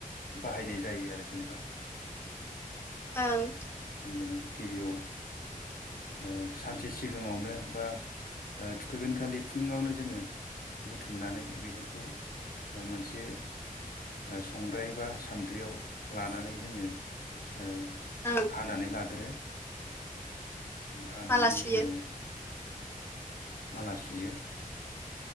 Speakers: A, on the left; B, on the left.
A: बाहायनाय जायो आरो जेनेबा।
B: ओं
A: जोङो गिबियाव ओ सानसे सिगाङावनो बा ओ थुखैगोन खालि फुङावनो जोङो बुथुमनानै बेफोरखौ ओ मोनसे संद्राय बा सान्द्रियाव लानानै जोङो ओ
B: ओं
A: हानानै लाग्रो हानानै
B: माला सुयो
A: जोङो माला सुयो।